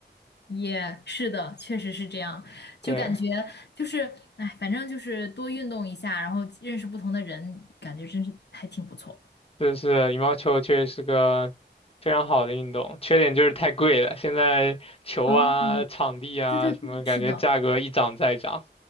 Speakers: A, on the left; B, on the left.
A: 也是的，确实是这样，
B: 对，
A: 就感觉就是，哎，反正就是多运动一下，然后认识不同的人，感觉真是还挺不错。
B: 就是羽毛球确实是个非常好的运动，缺点就是太贵了。现在球啊、
A: 哦，
B: 场地啊什么，
A: 对对对，
B: 感觉价格一涨再涨。
A: 是的，